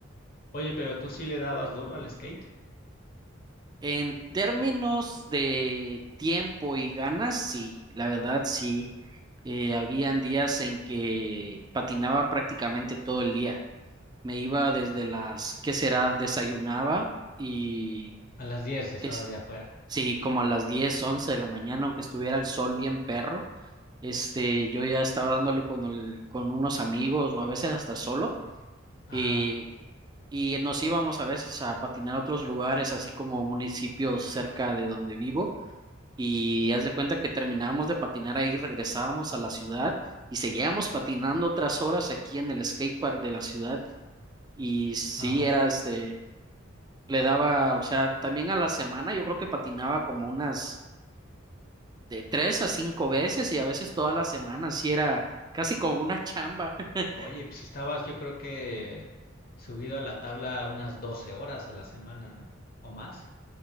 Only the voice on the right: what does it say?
En términos de tiempo y ganas, sí, la verdad sí. Eh, habían días en que patinaba prácticamente todo el día. Me iba desde las, ¿qué será? Desayunaba y
es,
sí, como a las 10, 11 de la mañana, aunque estuviera el sol bien perro, este, yo ya estaba dándole con el- con unos amigos o a veces hasta solo
y, y nos íbamos a veces a patinar a otros lugares, así como municipios cerca de donde vivo Y haz de cuenta que terminábamos de patinar ahí, regresábamos a la ciudad y seguíamos patinando otras horas aquí en el skatepark de la ciudad. Y sí,
era este, le daba, o sea, también a la semana yo creo que patinaba como unas de tres a cinco veces y a veces toda la semana, sí era casi como una chamba. <laughs>